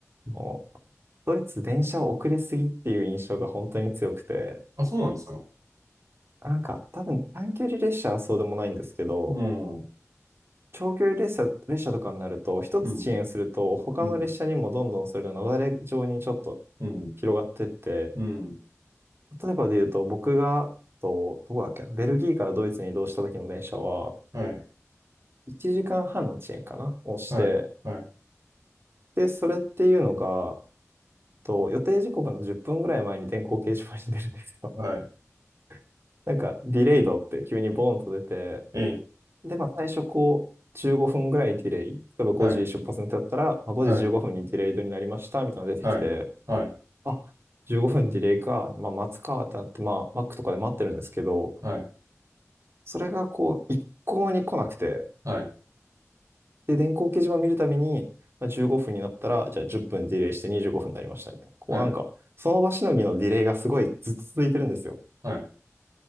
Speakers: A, on the right; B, on the right.
A: あのドイツ電車遅れすぎっていう印象が本当に強くて、
B: あ、そうなんですか。
A: なんか多分短距離列車はそうでもないんですけど、
B: うん、うん、
A: 長距離列車、列車とかになると、一つ遅延すると他の列車にもどんどんそれが雪崩状にちょっと
B: うん、うん、うん。
A: 広がってって、
B: うん
A: 例えばで言うと僕が、えっと、どこだっけな、ベルギーからドイツに移動した時の電車は
B: はい、
A: 1時間半の遅延かなをして、
B: はい、はい、
A: で、それっていうのが、えっと、予定時刻の10分ぐらい前に電光掲示板に出るんですよ。
B: はい。
A: <laughs> なんか、ディレイドって急にボーンと出て、
B: ええ、
A: で、まあ、最初こう、15分ぐらいディレイ。例えば5時出発にだったら、
B: はい、
A: まあ、5時15分にディレイドになりました、
B: はい、
A: みたいなのが出てきて、
B: はい、はい、
A: あ、15分ディレイか、まあ、待つかってなって、まあ、マックとかで待ってるんですけど、
B: はい、
A: それがこう、一向に来なくて、
B: はい、
A: で、電光掲示板見るたびに、まあ、15分になったら、じゃあ10分ディレイして25分になりました、みたいな。こうなんか、
B: はい、
A: その場しのぎのディレイがすごいずっと続いてるんですよ。
B: はい。